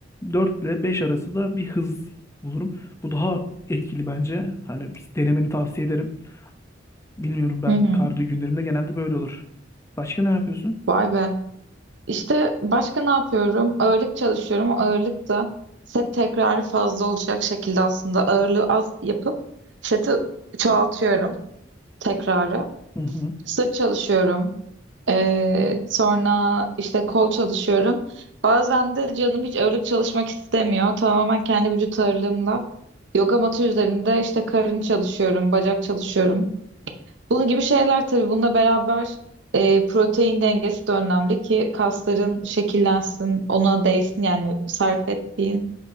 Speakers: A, on the left (about 15°); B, on the right (about 70°).
A: 4 ile 5 arası da bir hız bulurum. Bu daha etkili bence. Hani denemeni tavsiye ederim. Bilmiyorum ben
B: Hı hı.
A: kardiyo günlerimde genelde böyle olur. Başka ne yapıyorsun?
B: Vay be. İşte başka ne yapıyorum? Ağırlık çalışıyorum. O Ağırlık da set tekrarı fazla olacak şekilde aslında ağırlığı az yapıp seti çoğaltıyorum tekrarı.
A: Hı hı.
B: Sırt çalışıyorum. Ee, sonra işte kol çalışıyorum. Bazen de canım hiç ağırlık çalışmak istemiyor. Tamamen kendi vücut ağırlığımla. Yoga matı üzerinde işte karın çalışıyorum, bacak çalışıyorum. Bunun gibi şeyler tabii bununla beraber e, protein dengesi de önemli ki kasların şekillensin, ona değsin yani sarf ettiğin